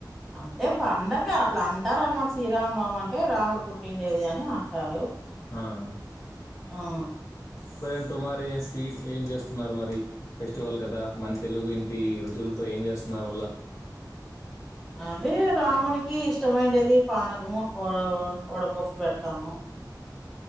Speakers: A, in the centre; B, on the left.
A: అంటే పండగ అట్లా అంటారు అనమాట శ్రీరామనవమి అంటే రాముడు పుట్టిండేది అని అంటారు
B: అహ్
A: ఆ
B: సరే నేను అరే స్వీట్లు ఏం చేస్తున్నారు మరి ఫెస్టివల్ కదా మన తెలుగు ఇంటి రుచులతో ఏం చేస్తున్నారు మళ్ళా
A: అదే రామునికి ఇష్టమైండేది పానకము ఓ
B: హ్మ్.
A: వడపప్పు పెడతాము